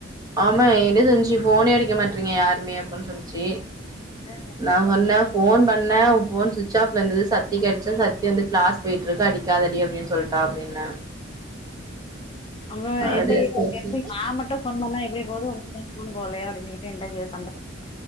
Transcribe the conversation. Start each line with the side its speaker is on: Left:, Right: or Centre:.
Right: ஆமா என்ன சொல்ச்சு ஃபோனே எடிக்க மாட்ரீங்க யாருமே அப்புன் சொல்ச்சு
Left: ஆ
Right: நாங்கன்னா
Left: ம்
Right: ஃபோன் பண்ணே ஃபோன் சுவிச் ஆஃப் லந்தந்து சத்திக் அடிச்ச சத்தி வந்து கிளாஸ் போயிட்டுருக்கு அடி க்காதடி அப்டின் சொல்ட்டா அப்டின்னா
Left: அவள்
Right: அவரு
Left: எந்த வீட்டுக்
Right: சேர் சேரி
Left: வந்து நா மட்டு பண்ணா எப்டி போகு <unintelligible> அப்டின்னுட்டு <unintelligible>